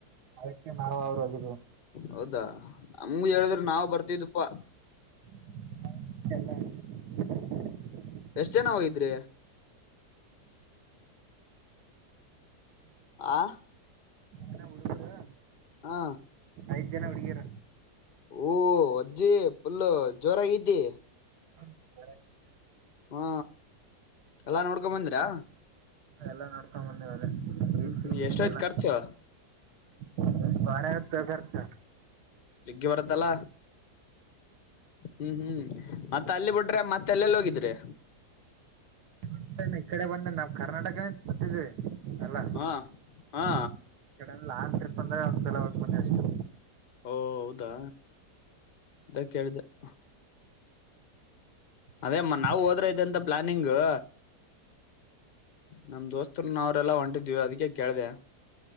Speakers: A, on the right; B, on the left.
A: ಅದಕ್ಕೆ ನಾವು ಅವ್ರು ಹೋಗಿದ್ವು
B: ಹೌದಾ ನಮ್ಗ್ ಹೇಳಿದ್ರ ನಾವು ಬರ್ತಿದ್ದು. ಪ್ಪ.
A: <unintelligible>
B: ಝನ ಹೋಗಿದ್ರಿ. ಆ.
A: ಮಗ್ನೆ ಹಡುಗುರ.
B: ಆ.
A: ಐದ ಜನಾ ಹುಡ್ಗಿರ.
B: ಊ ಅಜ್ಜಿ ಫುಲ್ಲು ಜೋರಾಗ ಇದ್ದಿ.
A: <unintelligible>
B: ಹ್ಹೂ ಎಲ್ಲಾ ನೋಡ್ಕೊಂಬಂದಿರ್ಯಾ.
A: ಎಲ್ಲಾ ನೋಡ್ಕೊಂಬ ಬಂದೇವಿ ಅಲ್ಲೇ ಗೀಚ್
B: ಹ್ಮ್
A: ಗೀಚ್
B: ಎಷ್ಟೋಯ್ತ್
A: ಜನಾ.
B: ಖರ್ಚು
A: ಹ್ಮ್ ಪಾಡ್ಯಾ ಪೇಕಾರಥಾ.
B: ಜಗ್ಗಿ ಬರುತ್ತಲ್ಲಾ ಹ್ಮ್ ಹ್ಮ್ ಮತ್ತ ಅಲ್ಲಿ ಬಿಟ್ರೆ ಮತ್ತ ಎಲ್ಲೆಲ್ಲ ಹೋಗಿದ್ರಿ.
A: ಪಟ್ಟನೆ ಈ ಕಡೆ ಬಂದ ನಾವ್ ಕರ್ನಾಟಕನೇ ಛತ್ತಿದೇ. ಎಲ್ಲ
B: ಹಾ ಹಾ
A: ಈ ಕಡೆನು ಲಾಂಗ್ ಟ್ರಿಪ್. ಪಂದ್ರ್ಯಾ ಒಂದ್ಸಲಾ ಹೋಗ ಬಂದ್ಯಾ ಎಷ್ಟು.
B: ಹೋದಾ ಅದ ಕೇಳ್ದಿ ಅಹ್
A: ಯಾವಾಗ
B: ಅದೇಮ್ಮ ನಾವು ಹೋದ್ರೆ ಇದೆ ಅಂತ ಪ್ಲಾನಿಂಗೂ. ನಮ್ ದೋಸ್ತರುನ್ನ ನಾವ್ರೆಲ್ಲಾ ಹೊಂಟಿದ್ವಿ ಅದಿಕ್ಕೆ ಕೇಳ್ದ್ಯಾ.